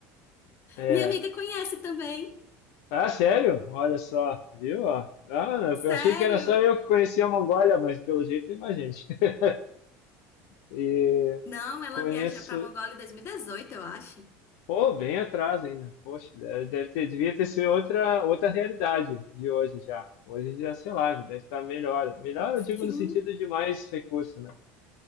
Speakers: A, on the left; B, on the left.
A: É.
B: Minha amiga conhece também.
A: Ah, sério? Olha só, viu? ó? Ah,
B: Sério?
A: eu achei que era só eu que conhecia a Mongólia, mas pelo jeito tem mais gente. <laughs> E
B: Não, ela
A: conheço.
B: viajou pra Mongólia em 2018, eu acho.
A: Pô, bem atrás ainda. Poxa, deve deve ter, devia ter sido outra, outra realidade de hoje já. Hoje já, sei lá, já deve estar melhor. Melhor eu digo
B: Sim.
A: no sentido de mais recurso, né?